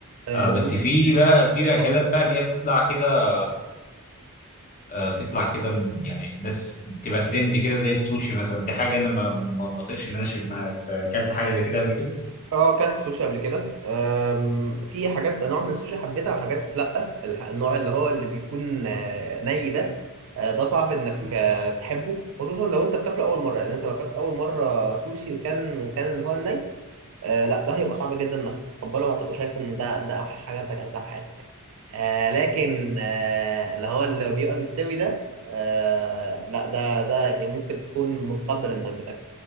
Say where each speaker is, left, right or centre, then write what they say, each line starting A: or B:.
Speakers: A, on the right; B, on the left.
A: آه،
B: آه، بس في بقى في
A: لو
B: اكلات بقى اللي هي بتطلع كده آه، بتطلع كده م- يعني ناس بتبقى ترند كده زي السوشي مثلا دي حاجه انا ما ما ما بطيقش ان انا اشم اكلت حاجه زي كده قبل كده
A: اه اكلت سوشي قبل كده أم، في حاجات نوع من السوشي حبيتها وحاجات لا الح- النوع اللي هو اللي بيكون آه، ني ده آه، ده صعب انك آه، تحبه خصوصا لو انت بتاكله اول مره يعني انت لو اكلت اول مره سوشي وكان وكان اللي هو الني آه، لا ده هيبقى صعب جدا انك تتقبله وهتبقى شايف ان ده ده اوحش حاجه انت اكلتها في حياتك آه، لكن آه، اللي هو اللي بيبقى مستوي ده آه، لا ده ده يعني ممكن تكون متقبل انك بتاكله